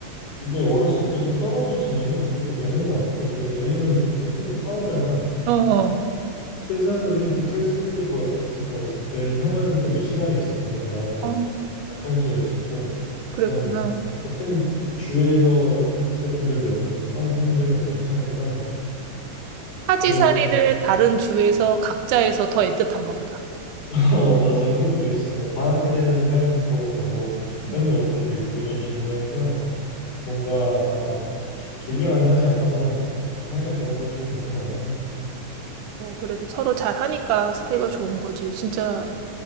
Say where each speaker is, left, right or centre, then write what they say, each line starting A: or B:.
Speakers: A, on the left; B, on the right.
A: 이게 어렸을 때 좀 떨어져 지내면 그렇게 되는 것 같아. 이게 왜냐면 붙으면 싸우잖아.
B: 어, 어,
A: 등산은 우린 붙어 있을 일이 거의 없었으니까 어렸을 때 왜냐면 형은 또 미시간에 있었거든 나는
B: 어,
A: 알칸소에 있었고
B: 그랬구나.
A: 난 같은 주에서 있었던 적이 없어서 산, 산 적이 없어서 형이랑
B: 사지사리를
A: 그래서
B: 다른 주에서 각자에서 더 애틋한가 보다.
A: <laughs> 어 맞아 그런 것도 있어 뭐 방학 때 되면 형 보러 가고 형이
B: 음.
A: 올 때도 있고 이런 식으로 해서 뭔가 막 길게 만나지 않아서 사이가 좋은 걸 수도 있는 것 같아
B: 뭐, 그래도 서로 잘 하니까 사이가 좋은 거지. 진짜